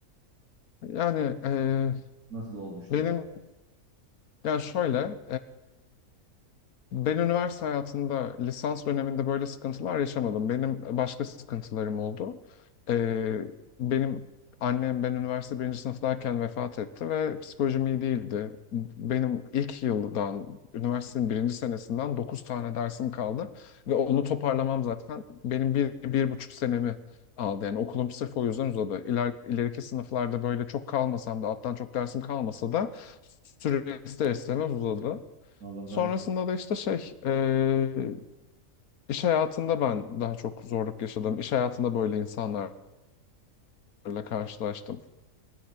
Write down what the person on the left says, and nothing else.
yani e,
benim
ya şöyle Ben üniversite hayatında lisans döneminde böyle sıkıntılar yaşamadım. Benim başka sıkıntılarım oldu. Ee, benim annem ben üniversite birinci sınıftayken vefat etti ve psikolojim iyi değildi. Benim ilk yıldan, üniversitenin birinci senesinden 9 tane dersim kaldı. Ve onu toparlamam zaten benim bir, bir buçuk senemi aldı. Yani okulum sırf o yüzden uzadı. İler, ileriki sınıflarda böyle çok kalmasam da, alttan çok dersim kalmasa da süre ister istemez uzadı.
Sonrasında
da işte şey, eee, iş hayatında ben daha çok zorluk yaşadım. İş hayatında böyle insanlarla karşılaştım.